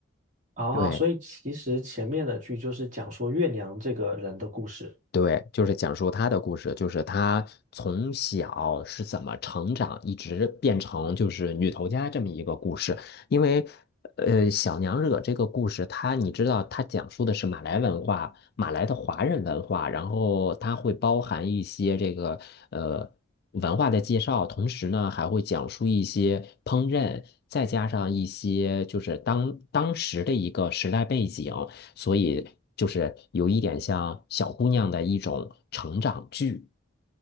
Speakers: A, on the right (about 40°); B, on the left (about 50°).
A: 啊，
B: 对，
A: 所以其实前面的剧就是讲说月娘这个人的故事
B: 对，就是讲述她的故事，就是她从小是怎么成长，一直变成就是女头家这么一个故事。因为，呃，小娘惹这个故事，它你知道，它讲述的是马来文化，马来的华人文化，然后它会包含一些这个呃文化的介绍，同时呢还会讲述一些烹饪，再加上一些就是当当时的一个时代背景。所以就是有一点像小姑娘的一种成长剧。